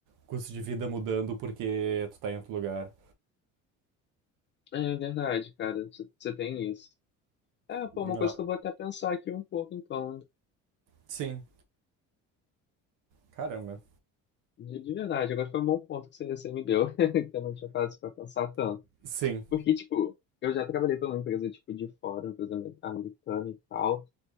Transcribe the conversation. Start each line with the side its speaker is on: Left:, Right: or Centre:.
Right: custo de vida mudando porque tu tá em outro lugar.
Left: é verdade, cara. Você você tem isso. É, pô,
Right: Não.
Left: uma coisa que eu vou até pensar aqui um pouco, então.
Right: Sim. Caramba,
Left: De, de verdade, agora foi um bom ponto que você, você me deu, <laughs> que eu não tinha parado pra pensar tanto.
Right: Sim.
Left: Porque, tipo, eu já trabalhei pra uma empresa, tipo, de fora, uma empresa ame- americana e tal.